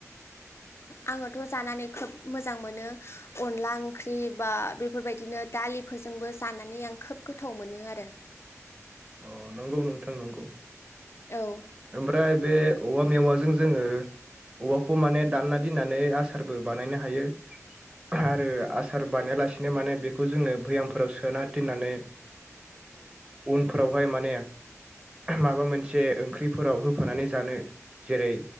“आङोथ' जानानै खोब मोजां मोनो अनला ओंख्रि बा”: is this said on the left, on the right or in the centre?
Left